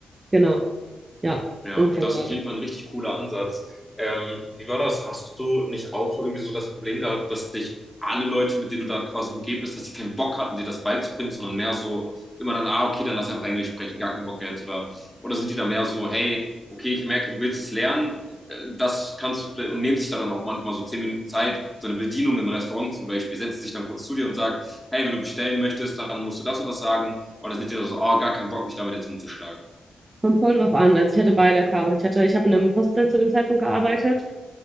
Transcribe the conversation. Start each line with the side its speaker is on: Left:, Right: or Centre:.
Right: Genau, ja,
Centre: Ja,
Right: ungefähr
Centre: das
Right: so.
Centre: ist auf jeden Fall ein richtig cooler Ansatz. Ähm, wie war das? Hast du nicht auch so irgendwie so das Problem gehabt, dass dich alle Leute, mit denen du da quasi umgeben bist, dass sie keinen Bock hatten, dir das beizubringen, sondern mehr so immer dann, ah, okay, dann lass einfach Englisch sprechen, gar keinen Bock jetzt oder oder sind die da mehr so, hey, okay, ich merke, du willst es lernen, äh, das kannst du vielleicht und nehmen sich da dann auch manchmal so zehn Minuten Zeit, so eine Bedienung im Restaurant zum Beispiel, setzt sich dann kurz zu dir und sagt, hey, wenn du bestellen möchtest, dann musst du das und das sagen oder sind die da so, ah, gar keinen Bock, mich damit jetzt rumzuschlagen.
Right: Kommt voll drauf an. Also ich hatte beide Erfahrungen. Ich hatte, ich habe in einem Hostel zu dem Zeitpunkt gearbeitet